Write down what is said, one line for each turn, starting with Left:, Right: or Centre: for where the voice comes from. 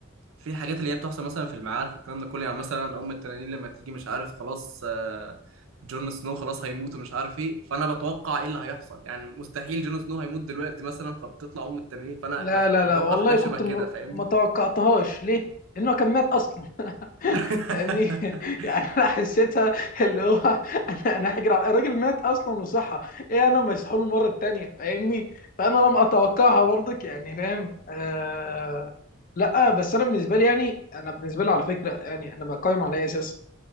Right: في حاجات اللي هي بتحصل مثلا في المعارك والكلام ده كله يعني مثلا ام التنانين لما تيجي مش عارف خلاص آه، جون سنو خلاص هيموت ومش عارف ايه فانا بتوقع ايه اللي هيحصل يعني مستحيل جون سنو هيموت دلوقتي مثلا فبتطلع ام التنانين فانا
Left: لا
Right: بتح-
Left: لا
Right: بتوقع
Left: لا والله
Right: حاجه شبه
Left: كنت
Right: كده
Left: م...
Right: فاهمني
Left: ما توقعتهاش ليه؟ لأنه كان مات أصلا <laughs>
Right: <laughs>
Left: فاهمني <laughs> يعني انا حسيتها اللي هو <laughs> انا انا هجري على الراجل مات اصلا وصحى ايه انا مسحول المره التانيه فاهمني فانا لم اتوقعها برضك يعني فاهم آه لا بس انا بالنسبه لي يعني انا بالنسبه لي على فكره يعني انا بقيم على اي اساس